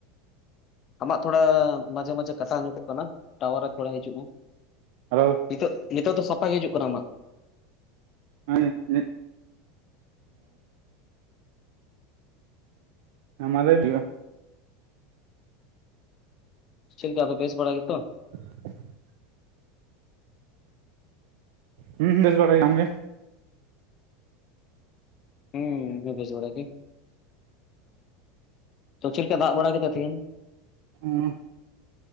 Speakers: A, on the left; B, on the right.
A: ᱟᱢᱟᱜ ᱛᱷᱚᱲᱟ ᱢᱟᱡᱷᱮ ᱢᱟᱡᱷᱮ ᱠᱟᱴᱟᱣ ᱧᱚᱜᱚᱜ ᱠᱟᱱᱟ ᱴᱟᱣᱟᱨ ᱨᱮ ᱛᱷᱚᱲᱟ ᱦᱤᱡᱩᱜ ᱢᱮ,
B: ᱦᱟᱞᱳ
A: ᱱᱤᱛᱚᱜ ᱱᱤᱛᱚᱜ ᱫᱚ ᱥᱟᱯᱷᱟ ᱜᱮ ᱦᱤᱡᱩᱜ ᱠᱟᱱᱟ ᱟᱢᱟᱜ᱾
B: <unintelligible> ᱟᱢ ᱢᱟ ᱞᱟᱹᱭ ᱢ ᱦᱩᱭᱩᱜ-ᱟ᱾
A: ᱪᱮᱫᱠᱟ ᱟᱫᱚ ᱵᱮᱥ ᱵᱟᱲᱟ ᱜᱮᱛᱚ?
B: <inaudible> ᱦᱩᱸ ᱦᱩᱸ ᱵᱮᱥ ᱵᱟᱲᱟᱭ ᱜᱮ, ᱟᱢ ᱜᱮ?
A: ᱦᱩᱸ ᱤᱧ ᱦᱚ ᱵᱮᱥ ᱵᱟᱲᱟ ᱜᱮ᱾ ᱛᱚ ᱪᱮᱫ ᱞᱮᱠᱟ ᱫᱟᱜ ᱵᱟᱲᱟ ᱠᱮᱫᱟ ᱛᱮᱦᱮᱧ?
B: ᱩᱸ